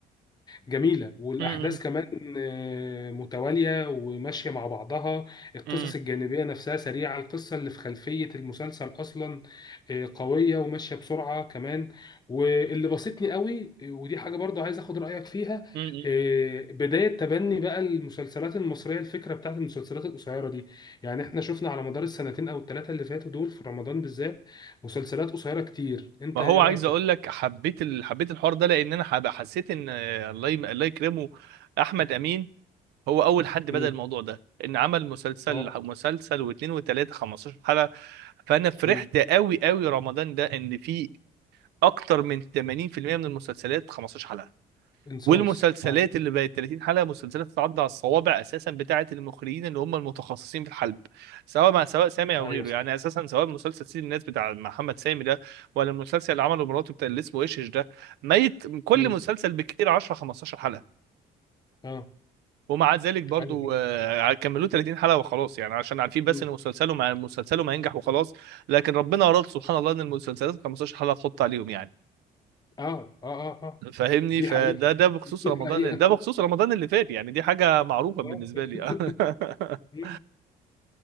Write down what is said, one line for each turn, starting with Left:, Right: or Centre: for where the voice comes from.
Left: جميلة والأحداث
Right: م-
Left: كمان آه، متوالية وماشية مع بعضها القصص
Right: م- م-
Left: الجانبية نفسها سريعة القصة اللي في خلفية المسلسل أصلا آه، قوية وماشية بسرعة كمان واللي بسطني قوي آه، ودي حاجة برضو عايز أخد رأيك فيها
Right: م.
Left: آه، بداية تبني بقى المسلسلات المصرية الفكرة بتاعت المسلسلات القصيرة دي يعني إحنا شفنا على مدار السنتين أو الثلاثة اللي فاتوا دول في رمضان بالذات مسلسلات قصيرة كتير أنت
Right: ما
Left: إيه
Right: هو
Left: رأيك
Right: عايز
Left: في
Right: اقول
Left: الحوار؟
Right: لك حبيت ال... حبيت الحوار ده لان انا حب... حسيت ان آه، الله يم... الله يكرمه احمد امين هو اول حد بدأ
Left: مم.
Right: الموضوع ده ان عمل مسلسل
Left: اه
Right: مسلسل واثنين وثلاثه 15 حلقه فانا فرحت
Left: مم.
Right: قوي قوي رمضان ده ان في اكتر من 80% من المسلسلات 15 حلقه
Left: انصاص
Right: والمسلسلات
Left: اه
Right: اللي بقت 30 حلقه مسلسلات تتعدى على الصوابع اساسا بتاعه المخرجين اللي هم المتخصصين في الحلب سواء مع سواء سامي او
Left: ايوه
Right: غيره
Left: صح
Right: يعني اساسا سواء مسلسل سيد الناس بتاع محمد سامي ده ولا المسلسل اللي عمله مراته بتاع اللي اسمه ايش إيش ده ميت كل
Left: مم.
Right: مسلسل بكتير 10 15 حلقه
Left: اه
Right: ومع ذلك برضو
Left: ايوه فعلا.
Right: آه، كملوه 30 حلقه وخلاص يعني عشان عارفين بس
Left: مم.
Right: ان مسلسله مع مسلسله ما ينجح وخلاص لكن ربنا اراد سبحان الله ان المسلسلات 15 حلقه تحط عليهم يعني
Left: اه اه اه اه
Right: فاهمني
Left: دي
Right: فده
Left: حقيقة
Right: ده بخصوص
Left: <laughs> دي
Right: رمضان
Left: حقيقة
Right: ده بخصوص رمضان اللي فات يعني دي حاجة معروفة بالنسبة
Left: آه. <laughs>
Right: لي <laughs>
Left: مم.